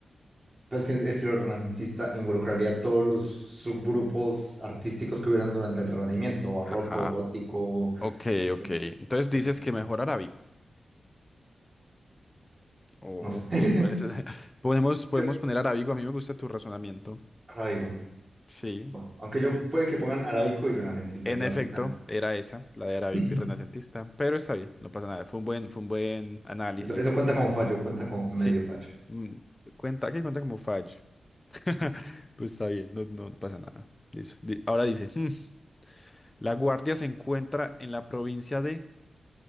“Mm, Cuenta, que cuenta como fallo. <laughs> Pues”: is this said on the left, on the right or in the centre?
Left